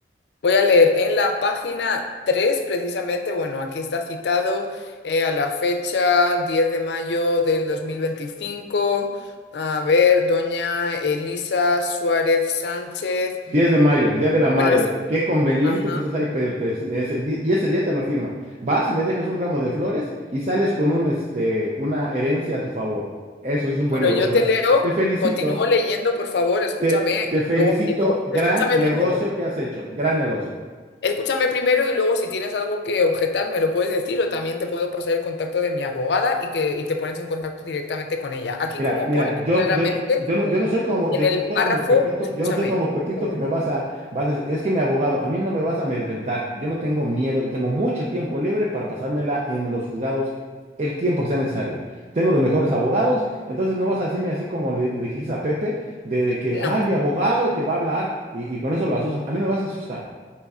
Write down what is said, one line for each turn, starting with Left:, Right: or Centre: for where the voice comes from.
Left: voy a leer en la página 3, precisamente, bueno, aquí está citado eh, a la fecha 10 de mayo del 2025. A ver, doña Elisa Suárez Sánchez.
Right: diez de mayo, el Día de la Madre.
Left: Bueno, es...
Right: Qué conveniente
Left: Ajá.
Right: que estés ahí per- per- ese di- y ese día te lo firma. Vas y le dejas un ramo de flores y sales con un, este, una herencia a tu favor. Eso sí es un
Left: Bueno,
Right: buen negocio,
Left: yo te
Right: ¿eh?
Left: leo,
Right: Te felicito,
Left: continúo leyendo, por favor, escúchame.
Right: te, te
Left: y
Right: felicito.
Left: luego- y luego-
Right: Gran
Left: escúchame
Right: negocio
Left: primero.
Right: que has hecho, gran negocio.
Left: Escúchame primero y luego si tienes algo que objetar me lo puedes decir o también te puedo pasar el contacto de mi abogada y que y te pones en contacto directamente con ella. Aquí
Right: Mira,
Left: como
Right: mira,
Left: pone
Right: yo,
Left: claramente
Right: yo, yo no, yo no soy como,
Left: en
Right: yo,
Left: el
Right: yo soy
Left: párrafo,
Right: como Pepito,
Left: escúchame,
Right: yo no soy como Pepito
Left: por favor.
Right: que me vas a, vas a decir, es que mi abogado, a mí no me vas a amedrentar, yo no tengo miedo y tengo mucho tiempo libre para pasármela en los juzgados el tiempo que sea necesario. Tengo los mejores abogados, entonces no vas a decirme así como le, le dijiste a Pepe, de, de que,
Left: No.
Right: ah, mi abogado te va a hablar y, y con eso lo asustas, a mí no me vas a asustar.